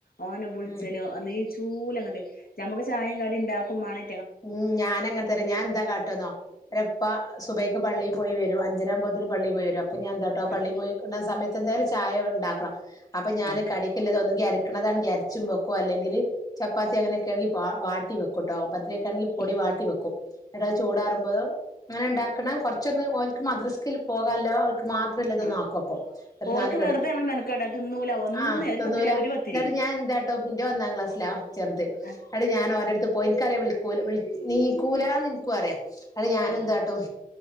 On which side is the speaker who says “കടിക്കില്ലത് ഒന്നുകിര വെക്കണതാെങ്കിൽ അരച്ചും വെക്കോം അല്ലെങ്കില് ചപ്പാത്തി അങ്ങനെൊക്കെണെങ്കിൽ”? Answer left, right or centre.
Left